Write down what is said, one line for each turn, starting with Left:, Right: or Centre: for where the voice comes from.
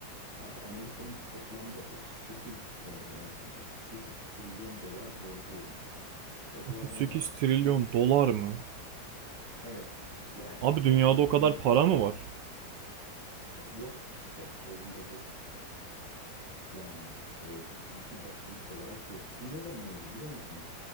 Left: Abi Amerika'nın toplamda 38 sanırım en son 38 trilyon dolar borcu olmuş. Ya
Right: 38
Left: bu adamlar
Right: trilyon
Left: en
Right: dolar mı?
Left: evet yani
Right: Abi
Left: toplam
Right: dünyada o
Left: Amerika
Right: kadar para mı var?
Left: yok işte sorun da bu. Yani e, fiziki basılmış olarak yok. Bu ne zaman oldu biliyor musun?